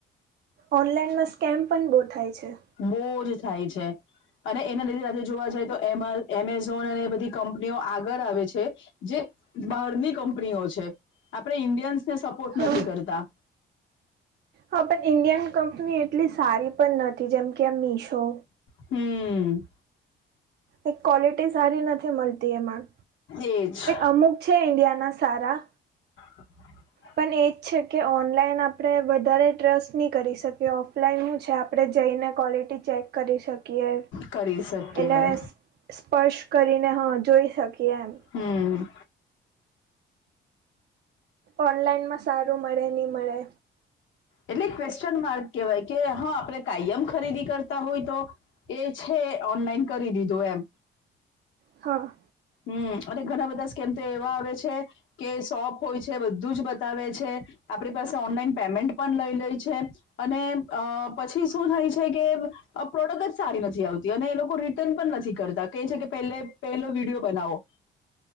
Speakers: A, on the right; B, on the left.
A: ઓનલાઈનમાં સ્કેમ પણ બો થાય છે
B: બોજ થાય છે અને એના લીધે આજે જોવા જાય તો એ એમેઝોન અને એ બધી કંપનીઓ આગળ આવે છે જે બહારની કંપનીઓ છે આપણે ઇન્ડિયન્સને સપોર્ટ
A: હા
B: નથી કરતા
A: હા પણ ઈન્ડિયન કંપની એટલી સારી પણ નથી જેમ કે આ મીશો
B: હમ્મ
A: એક ક્વોલિટી સારી નથી મલતી એમાં
B: એજ
A: અમુક છે ઈન્ડિયાના સારા
B: <inaudible>
A: પણ એજ છે કે ઓનલાઈન આપણે વધારે ટ્રસ્ટ નહી કરી શકીએ ઓફલાઈન હું છે આપણે જઈને ક્વોલિટી ચેક કરી શકીએ
B: કરી શકીયે.
A: એને સ્પર્શ કરીને હા જોઈ શકીએ એમ
B: હમ્મ
A: ઓનલાઈનમાં સારું મળે નય મળે
B: એટલે ક્વેશ્ચન માર્ક કહેવાય કે હા આપણે કાયમ ખરીદી કરતા હોય તો એ છે ઓનલાઈન કરી દીધું એમ
A: હા
B: હમ્મ અને ઘણા બધા સ્કેમ તો એવા આવે છે કે સોપ હોય છે બધું જ બતાવે છે આપણી પાસે ઓનલાઈન પેમેન્ટ પણ લઈ લઈ છે અને અ પછી શું થાય છે કે આ પ્રોડક્ટ જ સારી નથી આવતી અને એ લોકો રિટર્ન પણ નથી કરતા કે છે કે પ પહેલો વિડીયો બનાવો